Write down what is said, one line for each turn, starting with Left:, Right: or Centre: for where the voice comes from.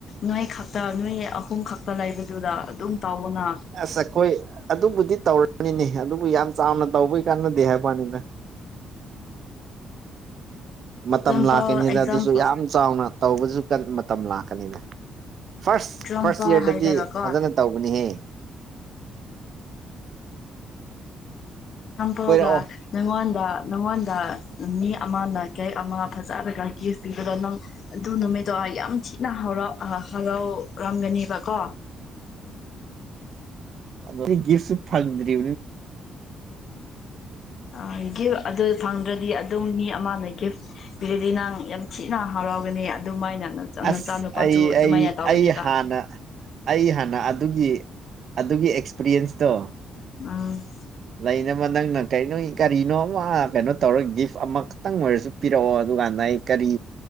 Left: ꯅꯣꯏ ꯈꯛꯇ ꯅꯣꯏ ꯑꯍꯨꯝ ꯈꯛꯇ ꯂꯩꯕꯗꯨꯗ ꯑꯗꯨꯝ ꯇꯥꯎꯅ
Right: ꯑꯁ ꯑꯩꯈꯣꯏ ꯑꯗꯨꯕꯨꯗꯤ ꯇꯧꯔꯅꯤꯅꯦ ꯑꯗꯨꯕꯨ ꯌꯥꯝ ꯆꯥꯎꯅ ꯇꯧꯕꯩ ꯀꯥꯟꯅꯗꯦ ꯍꯥꯏꯕꯅꯤꯅ
Left: ꯑꯦꯛꯖꯥꯝꯄꯜ
Right: ꯃꯇꯝ ꯂꯥꯛꯀꯅꯤꯗ
Left: ꯑꯦꯛꯖꯥꯝꯄꯜ
Right: ꯑꯗꯨꯁꯨ ꯌꯥꯝ ꯆꯥꯎꯅ ꯇꯧꯕꯁꯨ ꯃꯇꯝ ꯂꯥꯛꯀꯅꯤꯗ ꯐꯥꯔꯁ
Left: ꯑꯦꯛꯖꯥꯝꯄꯜ
Right: ꯐꯥꯔꯁ ꯏꯌꯥꯔꯗꯗꯤ
Left: ꯍꯥꯏꯔꯒ ꯀꯣ
Right: ꯐꯖꯅ ꯇꯧꯕꯅꯤꯍꯦ
Left: ꯑꯝꯕꯥꯎꯗ
Right: ꯀꯣꯏꯔꯛꯑꯣ
Left: ꯅꯉꯣꯟꯗ ꯅꯪꯉꯣꯟꯗ ꯃꯤ ꯑꯃꯅ ꯀꯦꯛ ꯑꯃ ꯐꯖꯔꯒ ꯒꯤꯐ ꯄꯤꯕꯗꯣ ꯅꯪ ꯑꯗꯨ ꯅꯨꯃꯤꯠꯇꯣ ꯌꯥꯝ ꯊꯤꯅ ꯍꯔꯥꯎ ꯍꯔꯥꯎꯔꯝꯒꯅꯦꯕꯀꯣ
Right: ꯑꯗꯨ ꯒꯤ ꯒꯤꯞꯁꯨ ꯐꯪꯗ꯭ꯔꯤ
Left: ꯎꯝꯒꯤ ꯑꯗꯨ ꯐꯪꯗ꯭ꯔꯗꯤ ꯑꯗꯨꯝ ꯃꯤ ꯑꯃꯅ ꯒꯤꯐ ꯄꯤꯔꯗꯤ ꯅꯪ ꯌꯥꯝ ꯊꯤꯅ ꯍꯔꯥꯎꯒꯅꯤ ꯑꯗꯨꯃꯥꯏꯅ
Right: ꯑꯁ
Left: ꯅꯆꯥ ꯅꯨꯨꯄꯥꯁꯨ
Right: ꯑꯩ
Left: ꯑꯗꯨꯃꯥꯏꯅ
Right: ꯑꯩ
Left: ꯇꯧꯒꯅꯦꯕ
Right: ꯑꯩ ꯍꯥꯟꯅ ꯑꯩ ꯍꯥꯟꯅ ꯑꯗꯨꯒꯤ ꯑꯗꯨꯒꯤ ꯑꯦꯛꯁꯄꯤꯔꯤꯌꯦꯟꯁꯇꯣ
Left: ꯎꯝ
Right: ꯂꯩꯅꯕ ꯅꯪꯅ ꯀꯔꯤ ꯀꯔꯤꯅꯣ ꯑꯃ ꯀꯩꯅꯣ ꯇꯧꯔ ꯒꯤꯐ ꯑꯃꯈꯛꯇꯪ ꯑꯣꯏꯔꯁꯨ ꯄꯤꯔꯛꯑꯣ ꯑꯗꯨꯀꯥꯟꯗ ꯑꯩ ꯀꯔꯤ